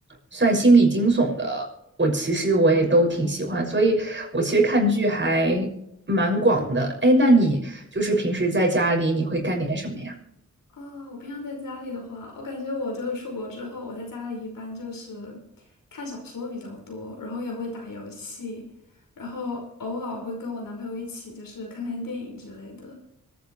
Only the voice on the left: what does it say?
哦，我平常在家里的话，我感觉我就是出国之后，我在家里一般就是看小说比较多，然后也会打游戏，然后偶尔会跟我男朋友一起就是看看电影之类的。